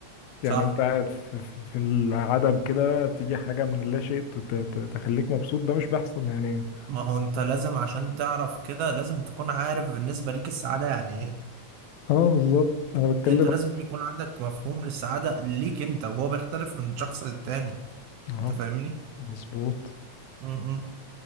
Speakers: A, on the left (about 80°); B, on the right (about 75°).
A: يعني
B: صح
A: انت قاعد في, في في العدم كده تيجي حاجة من اللا شيء ت- ت- ت- تخليك مبسوط ده مش بيحصل يعني
B: ما هو انت لازم عشان تعرف كده لازم تكون عارف بالنسبه ليك السعاده يعني ايه
A: اه بالظبط انا بتكلم
B: انت لازم يكون عندك مفهوم للسعاده ليك انت وهو بيختلف من شخص للتاني
A: <laughs> اه
B: انت فاهمني
A: مظبوط
B: مم.